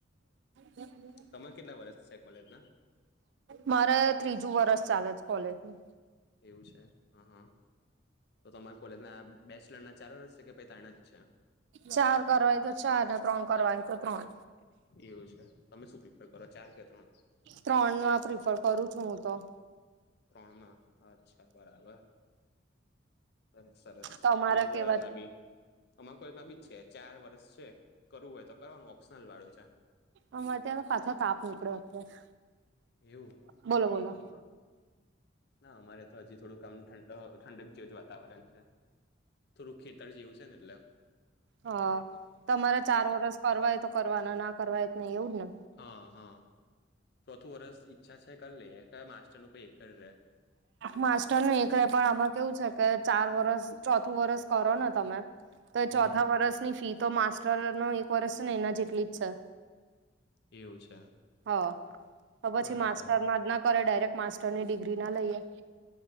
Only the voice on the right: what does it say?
તો <inaudible>
મારે ત્રીજું વરષ ચાલે છે કોલેજનું.
ચાર કરવા હોય તો ચાર ને ત્રણ કરવા હોય તો ત્રણ.
ત્રણમાં પ્રિફર કરું છું હું તો.
તમારે
કેવા
અમારે ત્યાં તો પાછો તાપ નીકળ્યો અત્યારે.
બોલો બોલો
હા તમારે ચાર વરસ કરવા હોય તો કરવાના ના કરવાય હોય નહી એવું જ ને?
માસ્ટરનું એક રે પણ આમાં કેવું છે કે ચાર વરસ ચોથું વરસ કરો ને તમે તો
ચોથા વરષની ફી તો માસ્ટરના એક વર્ષ છે ને એના જેટલી જ છે.
હ. તો પછી
માસ્ટરમાં જ ના કરે ડાયરેક્ટ માસ્ટરની ડિગ્રી ના લઈએ.